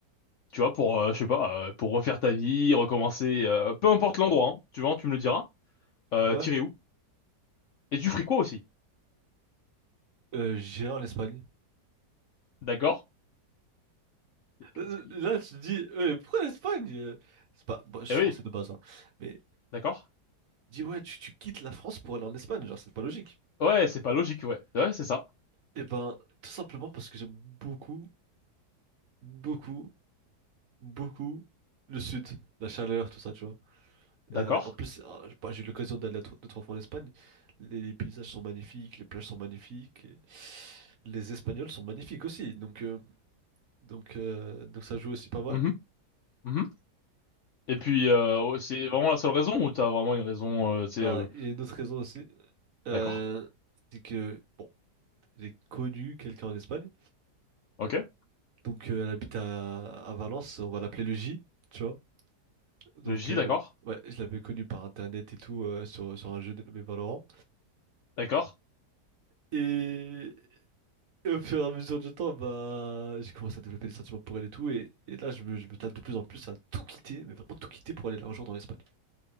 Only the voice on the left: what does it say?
tu vois, pour euh, je sais pas, euh, pour refaire ta vie, recommencer, euh, peu importe l'endroit, hein, tu vois, tu me le diras. Euh,
t'irais où? Et tu ferais quoi aussi?
D'accord? Quel casse-couille.
Eh oui,
d'accord.
Ouais, c'est pas logique, ouais. Ouais, c'est ça.
D'accord.
Mhm, mhm. Et puis, euh, oh, c'est vraiment la seule raison ou t'as vraiment une raison, euh, tu sais,
euh,
d'accord?
Ok.
Le J,
d'accord?
D'accord.